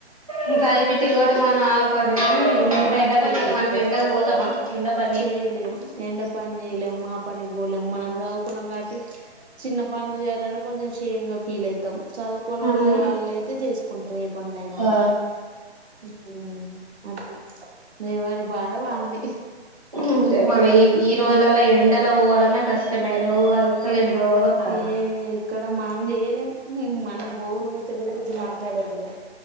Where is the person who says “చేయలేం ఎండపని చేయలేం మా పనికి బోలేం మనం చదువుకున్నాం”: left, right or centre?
Right